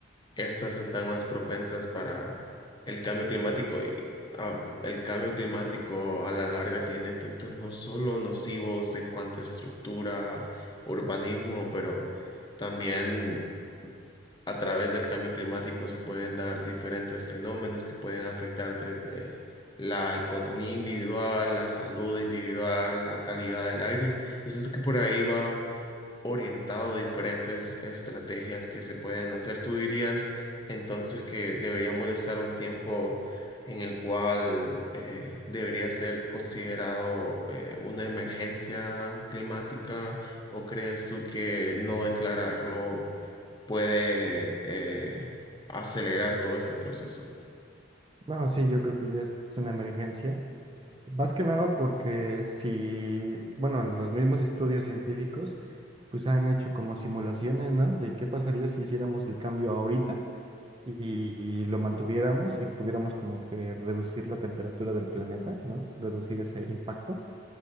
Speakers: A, on the left; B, on the right.
A: estas están más propensas para el cambio climático y ah, el cambio climático a la larga tiene efectos no solo nocivos en cuanto a estructura, urbanismo, pero también a través del cambio climático se pueden dar diferentes fenómenos que pueden afectar desde la economía individual, la salud individual, la calidad del aire. Y siento que por ahí va orientado a diferentes estrategias que se pueden hacer. ¿Tú dirías entonces que deberíamos de estar un tiempo en el cual eh, debería ser considerado eh, una emergencia climática o crees tú que no declararlo puede eh, acelerar todo este proceso?
B: No, sí, yo creo que ya es una emergencia. Más que nada porque si, bueno, los mismos estudios científicos pues han hecho como simulaciones, ¿no? De qué pasaría si hiciéramos el cambio ahorita y lo mantuviéramos y pudiéramos como que reducir la temperatura del planeta, ¿no? Reducir ese impacto